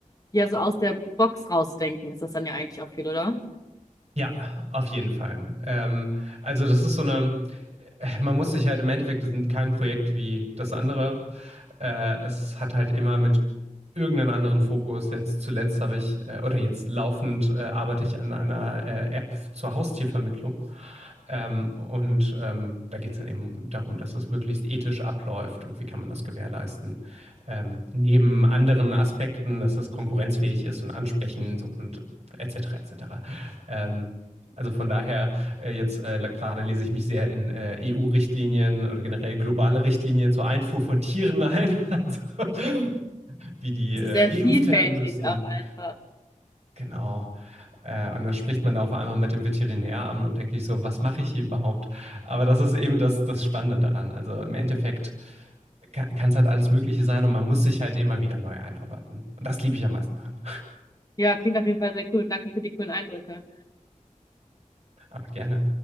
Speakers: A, on the left; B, on the right.
A: ja so aus der Box rausdenken ist das dann ja eigentlich auch viel, oder?
B: Ja, auf jeden Fall. Ähm, also das ist so eine, man muss sich halt im Endeffekt, das ist kein Projekt wie das andere. Äh, es hat halt immer mit irgendeinem anderen Fokus. Jetzt zuletzt habe ich, äh, oder jetzt laufend äh, arbeite ich an einer äh, App zur Haustiervermittlung. Ähm, und ähm, da geht es dann eben darum, dass das möglichst ethisch abläuft und wie kann man das gewährleisten. Ähm, neben anderen Aspekten, dass das konkurrenzfähig ist und ansprechend und etc. etc. Ähm, also von daher, äh, jetzt äh, gerade lese ich mich sehr in äh, EU-Richtlinien oder generell globale Richtlinien zur Einfuhr von Tieren ein, <laughs> also, wie die
A: Also
B: äh,
A: sehr
B: geimpft
A: vielfältig
B: werden müssen
A: auch einfach.
B: Genau. Äh, und dann spricht man da auf einmal mit dem Veterinäramt und denke ich so, was mache ich hier überhaupt? Aber das ist eben das, das Spannende daran. Also im Endeffekt kann es halt alles Mögliche sein und man muss sich halt immer wieder neu einarbeiten. Und das liebe ich am meisten daran.
A: Ja, klingt auf jeden Fall sehr cool. Danke für die coolen Eindrücke.
B: <laughs> Aber gerne.